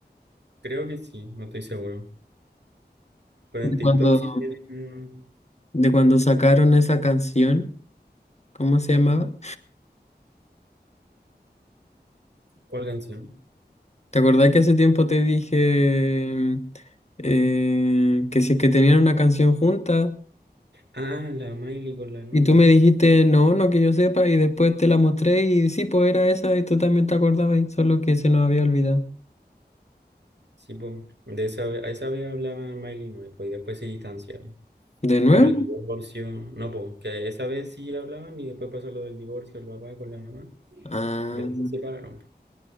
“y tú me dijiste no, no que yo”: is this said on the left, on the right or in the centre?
Left